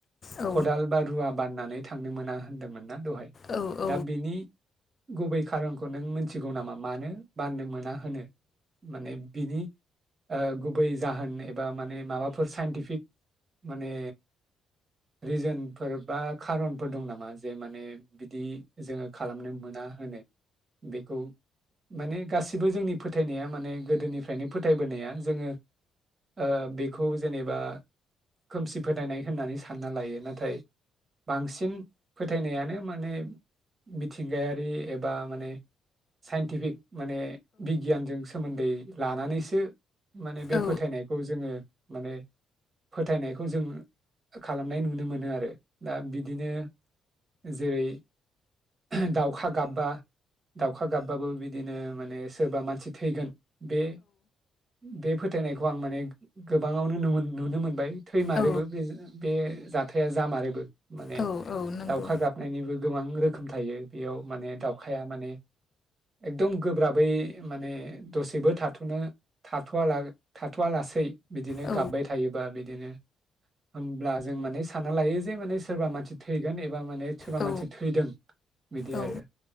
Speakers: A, on the left; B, on the right.
A: औ
B: खदाल बा रुवा बाननानै थांनो मोना होन्दोंमोन ना दहाय
A: औ औ
B: दा बिनि गुबै खारनखौ नों मोनथिगौ नामा मानो बाननो मोना होनो माने बिनि ओ गुबै जाहोन एबा माने माबाफोर साइन्टिफिक माने रिजोनफोर बा खारनफोर दं नामा जे माने बिदि जोङो खालामनो मोना होनो बेखौ माने गासिबो जोंनि फोथायनाया माने गोदोनिफ्रायनो फोथायबोनाया जोङो ओ बेखौ जेनेबा खोमसि फोथायनाय होननानै सानना लायो नाथाय बांसिन फोथायनायानो माने मिथिंगायारि एबा माने साइन्टिफिक माने बिगियानजों सोमोन्दै लानानैसो माने बे
A: औ
B: फोथायनायखौ जोङो माने फोथायनायखौ जों खालामनाय नुनो मोनो आरो दा बिदिनो जेरै <unintelligible> दाउखा गाबबा दाउखा गाबबा बो बिदिनो माने सोरबा मानसि थैगोन बे बे फोथायनायखौ आं माने गोबाङावनो नुवो-नुनो मोनबाय थैमारोबो
A: औ
B: बेजो बे जाथाया जामारोबो माने
A: औ नंगौ
B: दाउखा गाबनायनिबो गोबां रो खोम थायो बेयाव माने दाउखाया माने एकदम गोब्राबै माने दसेबो थाथ'नो थाथ'वा लासेै बिदिनो
A: औ
B: गाबबाय थायोबा बिदिनो होमब्ला जों माने सानना लायो जे माने सोरबा मानसि थैगोन एबा सोरबा माने सोरबा मानसि
A: औ
B: थैदों बिदि
A: औ
B: आरो